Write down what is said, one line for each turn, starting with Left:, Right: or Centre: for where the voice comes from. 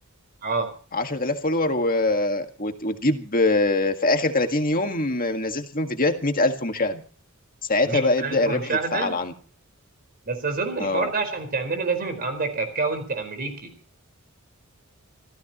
Right: اه
Left: 10000 فولور و... وت... وتجيب آه، في اخر 30 يوم نزلت فيهم فيديوهات 100000 مشاهدة ساعتها
Right: مية
Left: بقى
Right: ألف
Left: يبدأ الربح
Right: مشاهدة
Left: يتفعل
Right: بس أظن الحوار
Left: اه
Right: ده عشان تعمله لازم يبقى عندك أكاونت أمريكي